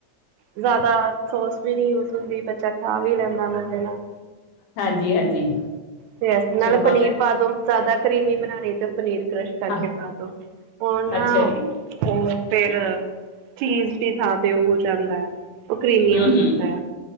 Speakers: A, on the right (about 80°); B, on the left (about 85°).
A: ਜ਼ਿਆਦਾ ਸੋਸ ਵੀ ਨੀ ਯੂਜ ਹੁੰਦੀ ਬੱਚਾ ਖਾ ਵੀ ਲੈਂਦਾ ਮਜੇ ਨਾਲ
B: ਹਾਂਜੀ ਹਾਂਜੀ
A: ਤੇ ਇਸ ਨਾਲ
B: ਚਲੋ
A: ਪਨੀਰ ਪਾ ਦੋ, ਜ਼ਿਆਦਾ ਕਰੀਮੀ ਬਣਾਣੀ ਤੇ ਪਨੀਰ ਕ੍ਰਸ਼ ਕਰਕੇ
B: ਹਾਂ
A: ਪਾ ਦੋ। ਉਹ ਨਾ
B: ਅੱਛਾ ਜੀ
A: ਉਹ ਫੇਰ ਚੀਜ਼ ਦੀ ਥਾਂ ਤੇ ਉਹ ਹੋ ਜਾਂਦਾ ਐ। ਉਹ ਕਰੀਮੀ
B: ਹੂੰ
A: ਹੋ
B: ਹੂੰ
A: ਜਾਂਦਾ ਐ।